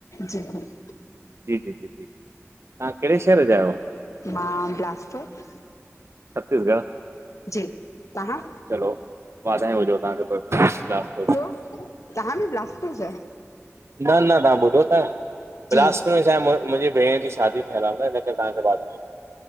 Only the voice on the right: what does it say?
जी जी जी जी तहां कहिड़े शहर जा आहियो?
छत्तीसगढ़।
चलो वाधायो हुजो तव्हांखे
न-न तव्हां ॿुधो त बिलासपुर
में छाहे मुंहिंजे भेण जी शादी ठयलु आहे हिन करे तव्हांखे वधायो।